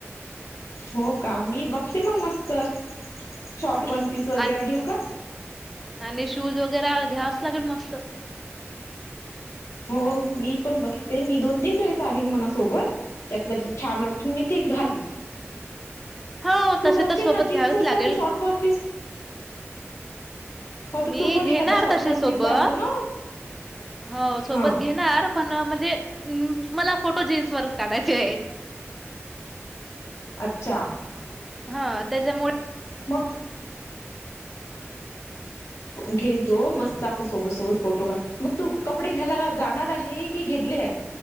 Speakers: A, on the left; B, in the centre.
A: हो का मी बघते मग मस्त शॉर्ट वन पीस वगैरे
B: आण-
A: घेऊ का.
B: आणि शूज वगैरे घ्यायच लागेल मस्त.
A: हो मी पण बघते मी दोन तीन ड्रेस आणिन म्हना सोबत त्यातला जे छान वाटेल मी ते घालीन
B: हो
A: तू
B: तसे
A: बघशील
B: तर सोबत
A: ना जीन्सस
B: घ्यावेच लागेल.
A: का तू शॉर्ट वन पीस हो तर
B: मी
A: तू पण
B: घेणार
A: एखादा शॉर्ट
B: तसे
A: वन
B: सोबत
A: पीस घालतो ना,
B: हो सोबत
A: हा
B: घेणार म्हणजे मला फोटो जीन्स वर काढायचे आहेत
A: अच्छा
B: हा त्याच्यामुळे
A: मग घे जो मस्त आपण सोबत सोबत फोटो काढू मग तू कपडे घ्याला जाणार आहे की घेतले आहे.